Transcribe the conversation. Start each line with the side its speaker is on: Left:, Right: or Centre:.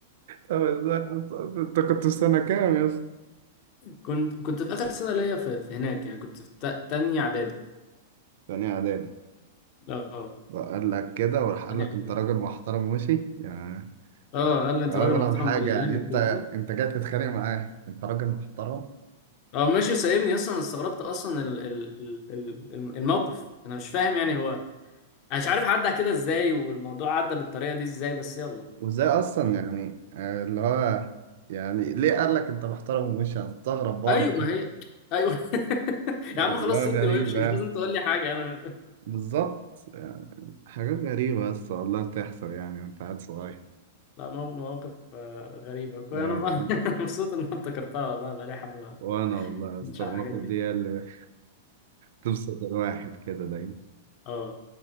Right: طب ازاي يا اسطى؟ انت كنت في سنة كام يا اسطى؟
Left: كنت كنت في اخر سنه ليا في, في هناك يعني كنت في تا- تانية اعدادي
Right: تاني اعدادي
Left: اه
Right: وقال لك كده وراح قال
Left: تانية
Right: لك
Left: اعدادي
Right: انت راجل محترم وشي يعني
Left: اه
Right: بس
Left: قال لي انت
Right: ده
Left: راجل
Right: اغرب
Left: محترم
Right: حاجة
Left: باللهجه
Right: يعني انت
Left: الكويتيه
Right: انت جاي تتخانق معاه انت راجل محترم
Left: اه ماشي سايبني اصلا انا استغربت اصلا ال ال ال ال- الم- الموقف انا مش فاهم يعني هو انا مش عارف عدى كده ازاي والموضوع عدى بالطريقه دي ازاي بس يلا
Right: وازاي اصلا يعني آه، اللي هو يعني ليه قال لك انت محترم ومش هتستغرب برضه
Left: ايوه ما هي ايوه <laughs>
Right: يعني
Left: يا عم خلاص
Right: لا
Left: سيبني
Right: غريبة
Left: وامشي مش لازم تقول لي حاجه انا
Right: بالظبط يعني حاجات غريبة بس والله بتحصل يعني وانت قاعد صغير
Left: لا مو- مواقف آه، غريبه كنت
Right: يعني
Left: انا <laughs> مبسوط ان أنا افتكرتها والله بقالي حبه ما
Right: وانا والله يا
Left: كنتش
Right: اسطى
Left: على
Right: المواقف
Left: الحاجات دي
Right: دي هي اللي بتبسط الواحد كده دايما
Left: اه